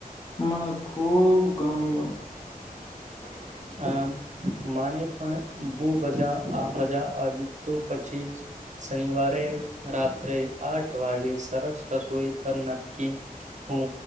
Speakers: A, on the left; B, on the right.
A: મને ખૂબ ગમ્યું. <inaudible>
B: આમ માને પણ બુબજા આ મજા આવી તો પછી શનિવારે રાત્રે આઠ વાગે સરસ રસોઈ પર નક્કી હું